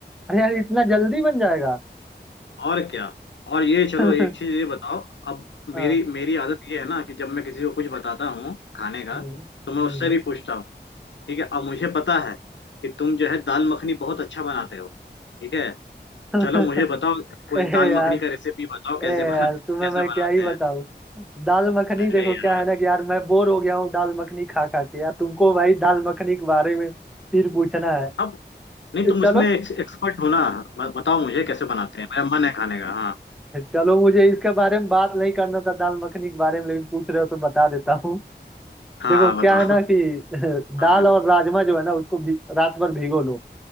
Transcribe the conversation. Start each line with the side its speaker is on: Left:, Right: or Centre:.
Centre: अरे यार इतना जल्दी बन जाएगा
Left: और क्या और ये चलो
Centre: <laughs>
Left: एक चीज ये बताओ अब
Centre: हाँ
Left: मेरी मेरी आदत ये है ना कि जब मैं किसी को कुछ बताता हूँ खाने का
Centre: हम्म,
Left: तो मैं
Centre: हम्म।
Left: उससे भी पूछता हूँ ठीक है अब मुझे पता है कि तुम जो है दाल मखनी बहुत अच्छा बनाते हो ठीक है
Centre: <laughs>
Left: चलो मुझे बताओ कोई
Centre: ए
Left: दाल
Centre: यार
Left: मखनी का रेसिपी बताओ कैसे
Centre: ए यार
Left: बना
Centre: तुम्हें
Left: कैसे
Centre: मैं
Left: बनाते
Centre: क्या ही बताऊँ
Left: हैं
Centre: दाल मखनी
Left: अरे
Centre: देखो
Left: यार
Centre: क्या है ना कि यार मैं बोर हो गया हूँ दाल मखनी खा खा के यार तुमको भाई दाल मखनी के बारे में फिर पूछना है
Left: अब नहीं तुम
Centre: चलो
Left: इसमें एक्सपर्ट हो ना ब- बताओ मुझे कैसे बनाते हैं मेरा मन है खाने का हाँ
Centre: चलो मुझे इसके बारे में बात नहीं करना था दाल मखनी के बारे में लेकिन पूछ रहे हो तो बता देता हूँ
Left: हाँ
Centre: देखो
Left: हाँ बताओ
Centre: क्या है ना कि <laughs> दाल
Left: हम्म
Centre: और राजमा जो है ना उसको भी, रात भर भिगो लो